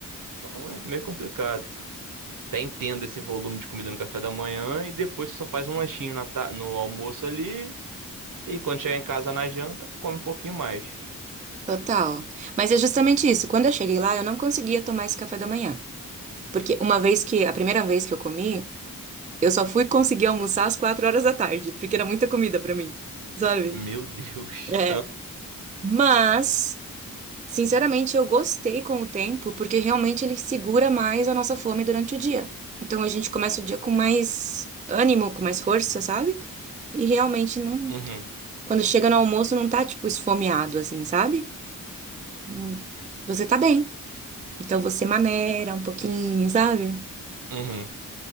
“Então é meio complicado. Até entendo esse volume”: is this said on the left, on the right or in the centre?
Right